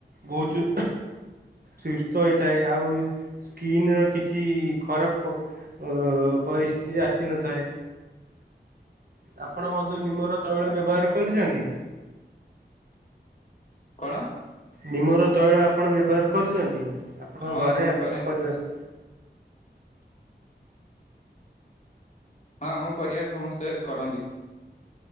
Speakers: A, on the right (about 55°); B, on the left (about 40°).
A: ବହୁତୁ ସୁସ୍ଥ ହେଇଥାଏ ଆଉ ସ୍କିିନ ର କିଛି ଖରାପ ଅ ପରିସ୍ଥିତି ଆସିନଥାଏ। ଆପଣ ବନ୍ଧୁ ନିମର ତୈଳ ବ୍ୟବହାର କରୁଛନ୍ତି?
B: କଣ?
A: ନିମର ତୈଳ ଆପଣ ବ୍ୟବହାର କରୁଛନ୍ତି ଆପଣଙ୍କ
B: ହଁ
A: ଘରେ
B: ମୁଁ
A: ଆପଣଙ୍କ
B: କରେ
A: ପରିବାର
B: ହଁ ଆମ ପରିବାର ସମସ୍ତେ କରନ୍ତି।